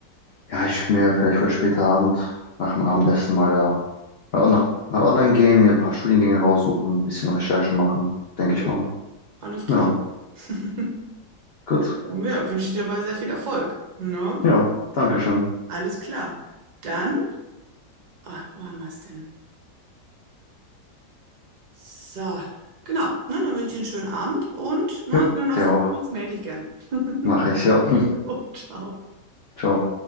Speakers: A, on the left; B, on the right.
A: ja, ich würde mir vielleicht heute später Abend nach dem Abendessen mal da Mal, on- mal online gehen, mir ein paar Studiengänge raussuchen, ein bisschen Recherche machen, denke
B: Jo,
A: ich mal.
B: alles klar.
A: Ja,
B: <laughs>
A: gut.
B: Dann ja, wünsche ich dir dabei sehr viel Erfolg. Ne?
A: Ja, danke schön.
B: Alles klar. Dann, ah, wo haben wir es denn? So, genau. Ne, dann wünsche ich dir einen schönen Abend und ne,
A: Jo,
B: wenn du noch
A: dir
B: Fragen
A: auch.
B: hast, melde dich gern. <laughs>
A: Mache ich, ja. <laughs>
B: Jo, ciao.
A: Ciao.